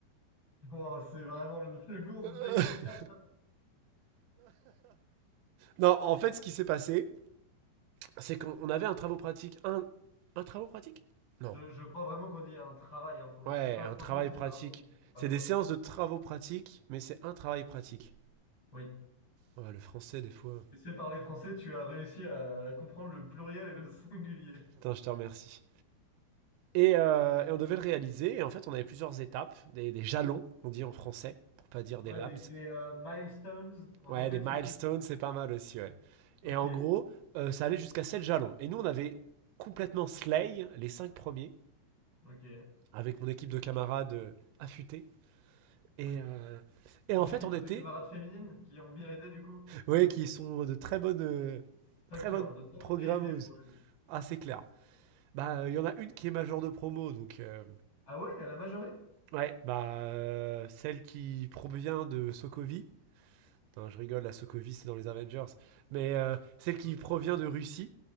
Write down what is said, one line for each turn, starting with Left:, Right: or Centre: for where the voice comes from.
Left: Wow, c'est vraiment le, le gonze
Right: <laughs>
Left: bégaye escarpe.
Right: non, en fait, ce qui s'est passé, c'est qu'on on avait un travail pratique. Un, un travaux pratique Non.
Left: Je, je crois vraiment qu'on dit un travail, hein, pour le
Right: Ouais,
Left: coup. Un
Right: un
Left: travail,
Right: travail
Left: c'est
Right: pratique.
Left: vraiment ça ne se fait pas,
Right: C'est
Left: quoi.
Right: des séances de travaux pratiques, mais c'est un travail pratique.
Left: Oui.
Right: Ouais, le français, des fois.
Left: Tu sais parler français, tu as réussi à comprendre le pluriel et le <laughs> singulier.
Right: Putain, je te remercie. Et, euh, et on devait le réaliser. Et en fait, on avait plusieurs étapes, des, des jalons, on dit en français, pour pas dire
Left: Ouais,
Right: des labs.
Left: des, des euh, milestones en
Right: Ouais,
Left: anglais,
Right: des milestones,
Left: tu veux dire?
Right: c'est pas mal aussi, ouais.
Left: Ok,
Right: Et en gros, euh, ça allait jusqu'à 7 jalons. Et nous, on avait complètement slay les 5 premiers,
Left: ok,
Right: avec mon équipe de camarades euh, affûtés. Et,
Left: oui.
Right: euh, et
Left: Ton
Right: en fait,
Left: équipe
Right: on était,
Left: de camarades féminines qui ont bien aidé du coup?
Right: ouais, qui sont de très bonnes, euh,
Left: Facture,
Right: très bonnes
Left: de très bonne
Right: programmeuses.
Left: qualité pour le-
Right: Ah, c'est clair. Bah, il y en a une qui est majeure de promo, donc euh,
Left: Ah ouais, elle a majoré?
Right: ouais, bah euh, celle qui provient de Sokovie, Non, je rigole, la Sokovie, c'est dans les Avengers. Mais euh, celle qui
Left: Ok,
Right: provient
Left: j'a-
Right: de Russie,